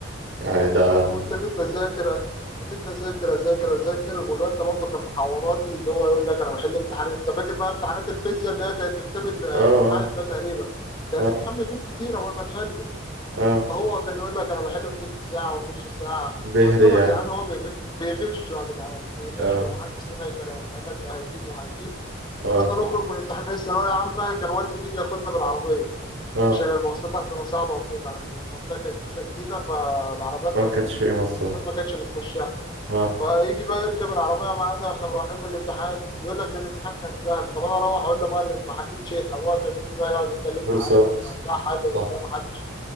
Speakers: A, on the right (about 70°); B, on the left (about 20°).
A: يعني ده اه
B: وتنيت نذاكر تنيت نذاكر اذاكر اذاكر والواد ده برضه كان محوراتي اللي هو يقول لك انا بحل امتحانات انت فاكر بقى امتحانات الفيزياء اللي هي كانت في كتاب الامتحان
A: اه
B: ده تقريبا كان
A: اه
B: الامتحان بيجيب كتير اول ما تحله
A: اه
B: هو كان يقول لك انا بحله في تلت ساعه ونص ساعه
A: بهري
B: قلت لهم
A: يعني
B: يا جدعان هو بيغ- بيغش يا جدعان بيغش
A: اه
B: ومحدش سمع كلامي قال لك ده هيجيب وهيجيب
A: اه
B: وكنا نخرج من امتحان الثانويه عامه كان والدي بيجي ياخدنا بالعربيه
A: اه
B: عشان المواصلات عندنا صعبة وكده المنطقة كانت لسه جديدة فالعربيات
A: ما
B: ما
A: كانش فيه مصاري
B: المواصلات ما كانتش بتخشها
A: اه
B: فيجي بقى يركب العربية معانا واحنا رايحين من الامتحان يقول لك ده الامتحان كان سهل طب انا اروح اقول لابويا اللي ما حلتش شيء ابويا كان يجي بقى يقعد يتكلم
A: بالظبط
B: معايا وده حل وده
A: صح
B: ما حلش